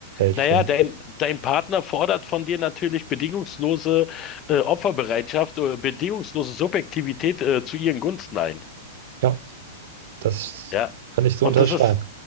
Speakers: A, on the left; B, on the right.
A: Naja,
B: finden.
A: dein, dein Partner fordert von dir natürlich bedingungslose äh, Opferbereitschaft oder bedingungslose Subjektivität äh, zu ihren Gunsten ein.
B: Ja, das
A: Ja.
B: kann ich so
A: Und
B: unterschreiben.
A: das ist,